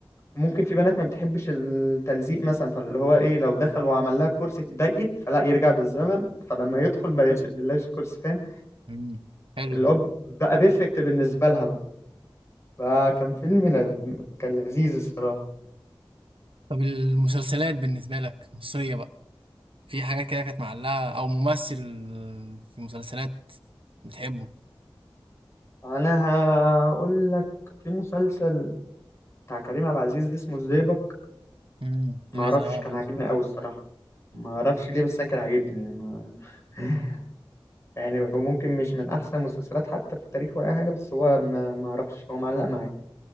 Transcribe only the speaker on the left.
ممكن في بنات ما بتحبش التلزيق مثلا فاللي هو ايه لو دخل وعمل لها الكرسي اتضايقت فلا يرجع بالزمن فلما يدخل ما يشدلهاش الكرسي فاهم
اللي
هو بقى بيرفكت بالنسبة لها بقى فكان فيلم ل... كان لذيذ الصراحة
انا هقول لك في مسلسل بتاع كريم عبد العزيز اسمه الزيبق
ما
اعرفش
كان
عاجبني قوي الصراحه ما اعرفش ليه بس انا كان عاجبني يعني. ما... <laughs> يعني هو ممكن مش من احسن المسلسلات حتى في التاريخ ولا اي حاجه بس هو ما ما اعرفش هو معلق معايا